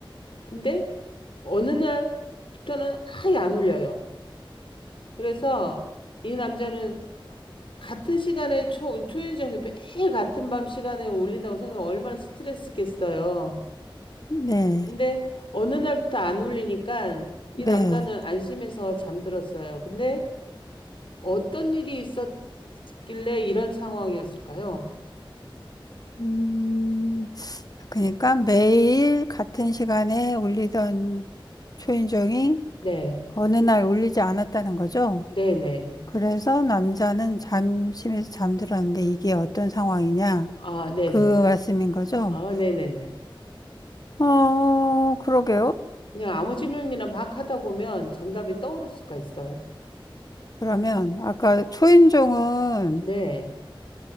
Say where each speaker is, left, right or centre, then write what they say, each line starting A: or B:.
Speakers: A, on the left (about 70°); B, on the left (about 45°).
A: 근데 어느 날부터는 아예 안 울려요. 그래서 이 남자는 같은 시간에 초, 초인종이 매일 같은 밤 시간에 울린다고 생각하면 얼마나 스트레스겠어요.
B: 네.
A: 근데 어느 날부터 안 울리니까 이
B: 네.
A: 남자는 안심해서 잠들었어요. 근데 어떤 일이 있었길래 이런 상황이었을까요?
B: 음, 그러니까 매일 같은 시간에 울리던 초인종이
A: 네,
B: 어느 날 울리지 않았다는 거죠.
A: 네네.
B: 그래서 남자는 잠심에서 잠들었는데 이게 어떤 상황이냐?
A: 아, 네네.
B: 그 말씀인 거죠.
A: 아, 네네네.
B: 어, 그러게요.
A: 그냥 아무 질문이나 막 하다 보면 정답이 떠오를 수가 있어요.
B: 그러면 아까 초인종은
A: 네,